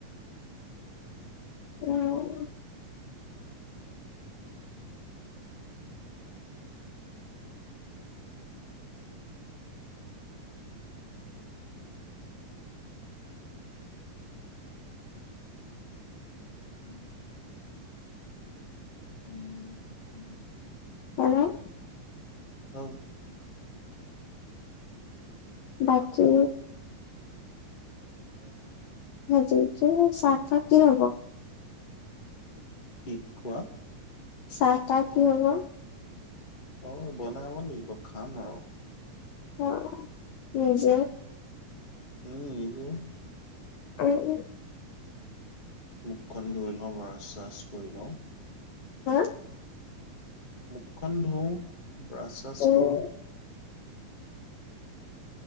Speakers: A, on the left; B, on the left.
A: উম,
B: উম, উম, হম উম, উম,
A: হেল্ল'
B: অ',
A: বাকী সজটো চাৰটা কি হব?
B: শিক কোৱা?
A: চাহটাহ কি হব?
B: অ', বনাব লাগিব খাম আৰু
A: অ', নিজ
B: উম, নিজে
A: উম, উ
B: মুখন ধুই লওঁ ব চাছ ধই লওঁ
A: হা
B: মুখখন ধুও ব্ৰাছ চাছ
A: উম,
B: কৰোঁ